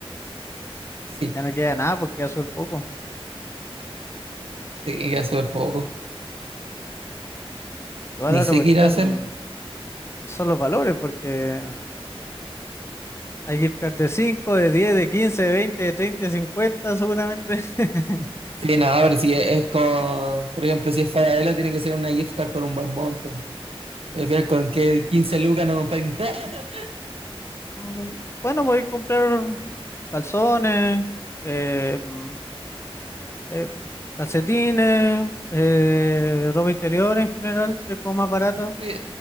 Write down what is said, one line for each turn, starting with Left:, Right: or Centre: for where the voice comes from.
Right: Sí,
Left: Ya no queda nada porque queda súper poco.
Right: sí, queda súper poco.
Left: Igual
Right: Ni
Left: la otra
Right: sé
Left: cuestión
Right: qué ir a hacer.
Left: son los valores, porque hay gift cards de cinco de diez de quince de 20, de 30, de 50 seguramente. <laughs>
Right: Sí, no, pero si es, es con, por ejemplo, si es Falabella, tiene que ser una gift card con un buen monto. Al final, con que quince lucas no compráis nada. <laughs>
Left: Mm, Bueno, voy a comprar calzones, eh, mm, eh, calcetines, eh, ropa interior en general, que es como más barata.
Right: Sí,